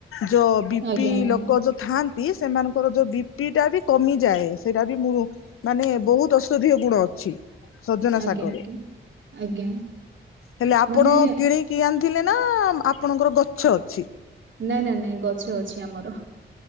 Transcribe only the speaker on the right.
ଆଜ୍ଞା ଆଜ୍ଞା
ଆଜ୍ଞା
ଆଜ୍ଞା ଆଜ୍ଞା।
ମାନେ
ନାଇଁ ନାଇଁ ନାଇଁ ଗଛ ଅଛି ଆମର।